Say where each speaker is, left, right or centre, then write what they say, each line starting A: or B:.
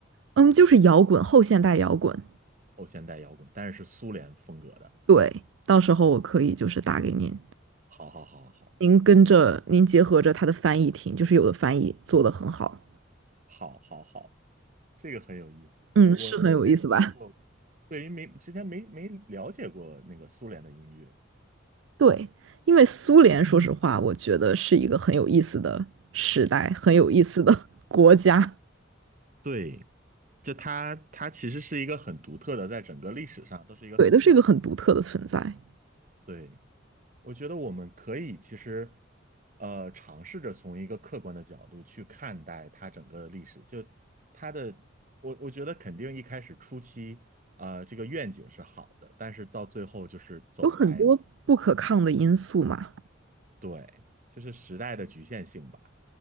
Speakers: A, on the right; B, on the right.
A: 嗯，就是摇滚，后现代摇滚。
B: 后现代摇滚，但是是苏联风格的。
A: 对，到时候我可以就是打给您，
B: 好好好好
A: 您跟着您结合着它的翻译听，就是有的翻译做得很好，
B: 好好好，好，这个很有意思。
A: 嗯，
B: 我我之前没有，
A: 是很有意思吧？<laughs>
B: 对于没之前没没了解过那个苏联的音乐。
A: 对，因为苏联，说实话，我觉得是一个很有意思的时代，很有意思的 <laughs> 国家，
B: 对，就它它其实是一个很独特的，在整个历史上都是一个很独，
A: 对，都是一个很独特的存在，
B: 对。我觉得我们可以其实，呃，尝试着从一个客观的角度去看待它整个的历史。就它的，我我觉得肯定一开始初期，呃，这个愿景是好的，但是到最后就是走歪了。
A: 有很多不可抗的因素嘛。
B: 对，就是时代的局限性吧。